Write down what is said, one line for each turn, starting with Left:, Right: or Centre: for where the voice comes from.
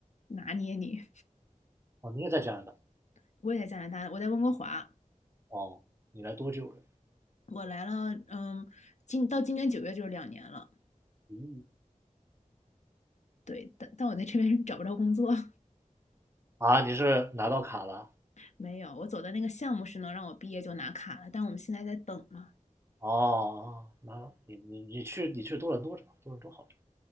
Left: 拿捏你。
Right: 哦，你也在加拿大，
Left: <laughs> 我也在加拿大，我在温哥华，
Right: 哦，你来多久了？
Left: 我来了，嗯，今到今年九月就是两年了。
Right: 嗯，
Left: 对，但但我在这边找不着工作，<laughs>
Right: 啊，你是拿到卡了？
Left: 没有。我走的那个项目是能让我毕业就拿卡的，但我们现在在等嘛。
Right: 哦，拿你你你去你去多伦多找，多伦多好找，